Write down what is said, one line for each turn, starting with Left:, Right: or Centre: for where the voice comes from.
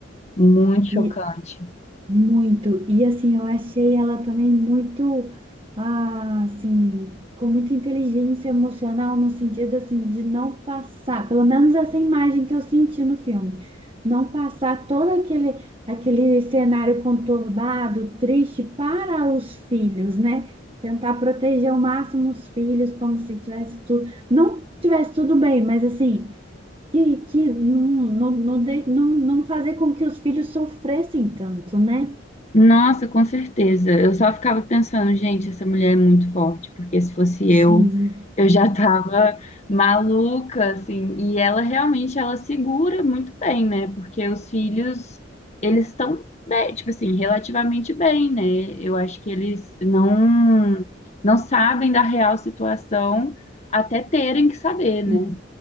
Left: muito chocante.
Right: E muito. E assim, eu achei ela também muito, ah, assim, com muita inteligência emocional, no sentido assim, de não passar, pelo menos essa imagem que eu senti no filme, não passar todo aquele, aquele cenário conturbado, triste para os filhos, né? Tentar proteger ao máximo os filhos, como se tivesse tudo, não tivesse tudo bem, mas assim que, que não, não, não, de- não, não fazer com que os filhos sofressem tanto, né?
Left: Nossa, com certeza. Eu só ficava pensando, gente, essa mulher é muito forte, porque se fosse
Right: Sim.
Left: eu, eu já tava maluca, assim. E ela realmente, ela segura muito bem, né? Porque os filhos, eles estão, né, tipo assim, relativamente bem, né? Eu acho que eles não não sabem da real situação até terem que saber, né?
Right: sim.